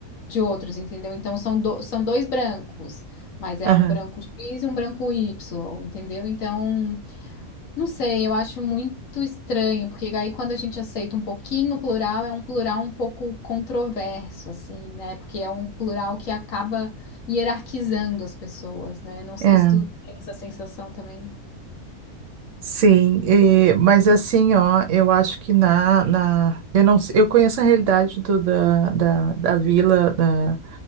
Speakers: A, on the left; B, on the right.
A: de outros, entendeu? Então, são, do- são dois brancos, mas é
B: aham.
A: um branco X e um branco Y, entendeu? Então, não sei, eu acho muito estranho, porque aí quando a gente aceita um pouquinho o plural, é um plural um pouco controverso, assim, né? Porque é um plural que acaba hierarquizando as pessoas, né? Não sei
B: É.
A: se tu tem essa sensação também.
B: Sim, e- mas assim, ó, eu acho que na, na eu não, sei- eu conheço a realidade do, da, da, da vila, da,